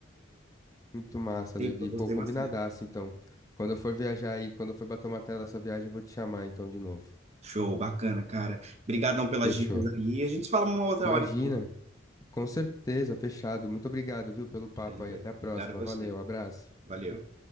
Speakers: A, on the left (about 20°); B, on the right (about 35°).
A: Muito massa,
B: Gostei,
A: Levi.
B: gostei
A: Pô, combinadaço,
B: bastante.
A: então. Quando eu for viajar aí, quando eu for bater uma tela dessa viagem, eu vou te chamar então de novo.
B: Show, bacana, cara. Obrigadão pelas
A: Fechou.
B: dicas aí. A gente se fala uma outra
A: Imagina.
B: hora, então.
A: Com certeza, fechado. Muito obrigado, viu, pelo papo
B: Valeu.
A: aí. Até a próxima.
B: Obrigado a você.
A: Valeu, abraço.
B: Valeu.